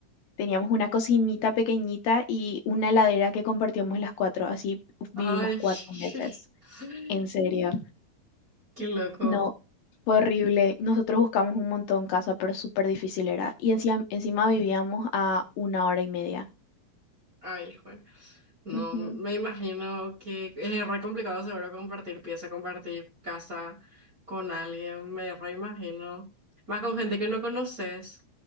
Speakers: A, on the left (about 75°); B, on the right (about 30°).
A: Teníamos una cocinita pequeñita y una heladera que compartíamos las cuatro, así vivimos
B: ay.
A: cuatro meses.
B: <laughs>
A: En serio,
B: Qué loco.
A: no, fue horrible. Nosotros buscamos un montón casa, pero súper difícil era. Y encima, encima vivíamos a una hora y media.
B: Ay, jue- No,
A: Ujú,
B: me imagino que es re complicado seguro compartir pieza, compartir casa con alguien, me re imagino. Más con gente que no conoces.